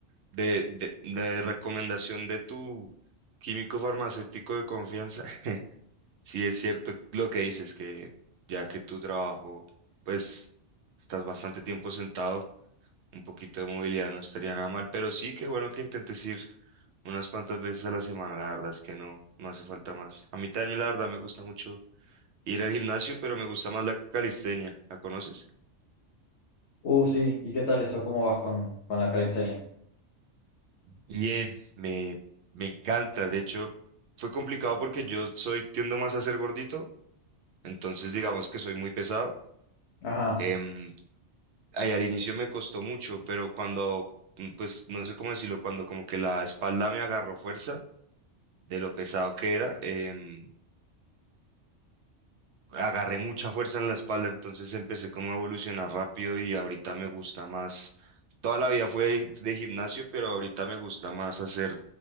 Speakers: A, on the right; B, on the left.
A: de, de, de recomendación de tu químico farmacéutico de confianza, <laughs> Sí, es cierto lo que dices, que ya que tu trabajo, pues estás bastante tiempo sentado, un poquito de movilidad no estaría nada mal, pero sí, que bueno que intentes ir unas cuantas veces a la semana, la verdad es que no, no hace falta más. A mí también, la verdad, me gusta mucho ir al gimnasio, pero me gusta más la calistenia, ¿la conoces?
B: Uh, sí, ¿y qué tal eso? ¿Cómo vas con, con la calistenia?
A: Bien. Me, me encanta, de hecho, fue complicado porque yo soy, tiendo más a ser gordito, entonces digamos que soy muy pesado.
B: Ajá,
A: em, Ahí al inicio me costó mucho, pero cuando, mm, pues no sé cómo decirlo, cuando como que la espalda me agarró fuerza de lo pesado que era, em, agarré mucha fuerza en la espalda, entonces empecé como a evolucionar rápido y ahorita me gusta más. Toda la vida fue de gimnasio, pero ahorita me gusta más hacer